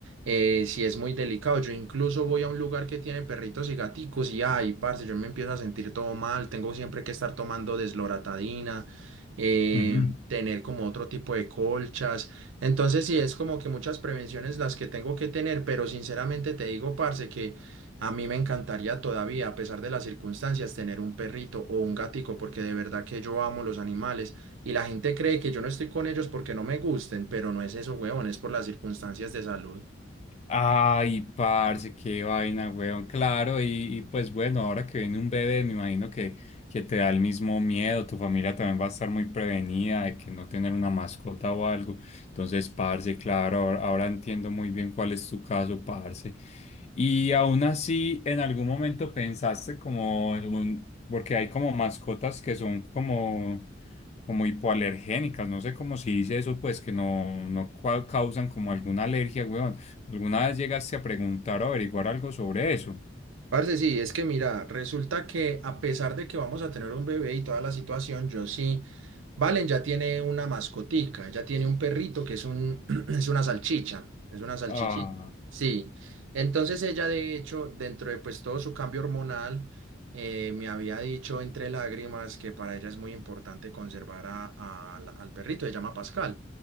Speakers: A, on the right; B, on the left.
A: eh, sí es muy delicado. Yo incluso voy a un lugar que tiene perritos y gaticos y ay, parce, yo me empiezo a sentir todo mal, tengo siempre que estar tomando desloratadina, eh,
B: Ujú.
A: Sí. tener como otro tipo de colchas. Entonces sí es como que muchas prevenciones las que tengo que tener, pero sinceramente te digo, parce, que... A mí me encantaría todavía, a pesar de las circunstancias, tener un perrito o un gatico, porque de verdad que yo amo los animales y la gente cree que yo no estoy con ellos porque no me gusten, pero no es eso, huevón, es por las circunstancias de salud.
B: Ay, parce, qué vaina, weón. Claro, y, y, pues bueno, ahora que viene un bebé, me imagino que, que te da el mismo miedo. Tu familia también va a estar muy prevenida de que no tener una mascota o algo. Entonces, parce, claro, ahora, ahora entiendo muy bien cuál es tu caso, parce. Y aún así, en algún momento pensaste como en un- porque hay como mascotas que son como, como hipoalergénicas, no sé cómo se dice eso, pues que no, no cua- causan como alguna alergia, weón. ¿Alguna vez llegaste a preguntar o averiguar algo sobre eso?
A: Parce, sí, es que mira, resulta que a pesar de que vamos a tener un bebé y toda la situación, yo sí, Valen ya tiene una mascotica, ella tiene un perrito que es un, <clears throat> es una salchicha, es una salchichita,
B: Ah,
A: sí. Entonces ella de hecho, dentro de pues todo su cambio hormonal, eh, me había dicho entre lágrimas que para ella es muy importante conservar a- a la- al perrito, se llama Pascal.